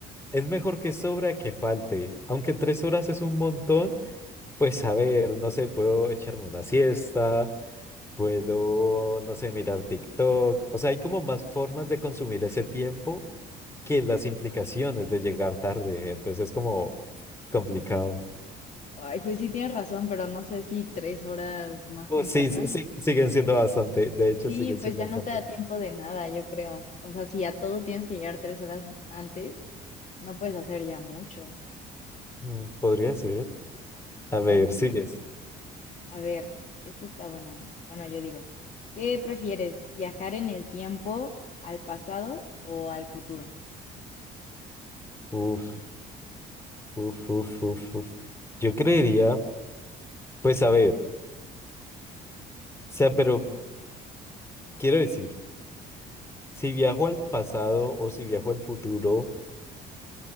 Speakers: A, on the left; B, on the left.
A: es mejor que sobra que falte. Aunque tres horas es un montón, pues a ver, no sé, puedo echarme una siesta, puedo, no sé, mirar TikTok. O sea, hay como más formas de consumir ese tiempo que las implicaciones de llegar tarde. Entonces es como complicado.
B: Ay, pues sí tienes razón, pero no sé si tres horas más
A: Pues
B: temprano
A: sí, sí, sí, siguen siendo bastante. De hecho,
B: Sí,
A: siguen siendo
B: pues ya
A: bastante.
B: no te da tiempo de nada, yo creo. O sea, si a todo tienes que llegar tres horas antes, no puedes hacer ya mucho.
A: Mm, Podría ser. A
B: Pero
A: ver,
B: no
A: sigues.
B: sé. A ver, esto está bueno. Bueno, yo digo, ¿qué prefieres? ¿Viajar en el tiempo al pasado o al futuro?
A: Uf, uf, uf, uf, uf. Yo creería, pues a ver, o sea, pero quiero decir. Si viajo al pasado o si viajo al futuro,